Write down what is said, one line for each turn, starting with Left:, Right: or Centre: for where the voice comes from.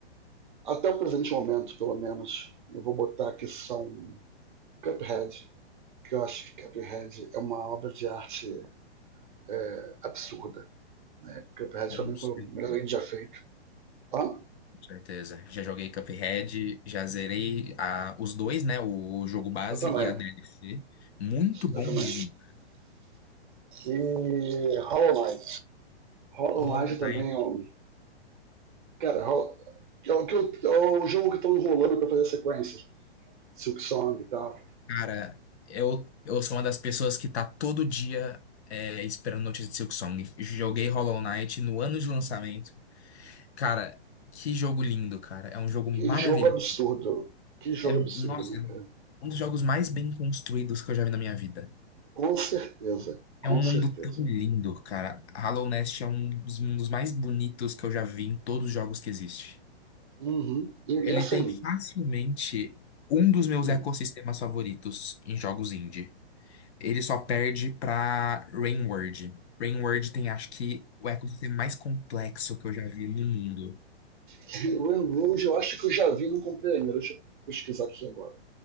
Right: até o presente momento, pelo menos, eu vou botar que são Cuphead, que eu acho que Cuphead é uma obra de arte é, absurda. Né? Cuphead
Left: Com
Right: também mim
Left: certeza,
Right: foi o melhor game já feito. Hã?
Left: com certeza. Já joguei Cuphead, já zerei a, os dois, né? O jogo base
Right: Eu também.
Left: e a DLC. Muito bom
Right: Eu também.
Left: mesmo.
Right: E Hollow Knight. Hollow
Left: Hollow
Right: Knight também
Left: Knight,
Right: é um... Cara, é o, que eu- é o jogo que estão enrolando para fazer sequência. Silk Song e tal.
Left: cara, eu, eu sou uma das pessoas que tá todo dia é, esperando notícia de Silksong. Joguei Hollow Knight no ano de lançamento. Cara, que jogo lindo, cara. É um jogo
Right: Que
Left: maravilhoso.
Right: jogo absurdo. Que jogo
Left: É,
Right: absurdo,
Left: nossa,
Right: né,
Left: é
Right: cara?
Left: um dos jogos mais bem construídos que eu já vi na minha vida.
Right: Com certeza. Com
Left: É um mundo
Right: certeza.
Left: tão lindo, cara. Hollow Knight é um dos mundos mais bonitos que eu já vi em todos os jogos que existe.
Right: Uhum. E, e
Left: Ele
Right: assim,
Left: tem facilmente um dos meus
Right: hum,
Left: ecossistemas favoritos em jogos indie. Ele só perde pra Rain World. Rain World tem, acho que, o ecossistema mais complexo que eu já vi no mundo.
Right: <laughs> Rain Rouge eu acho que eu já vi, não comprei ainda. Deixa eu pesquisar aqui agora.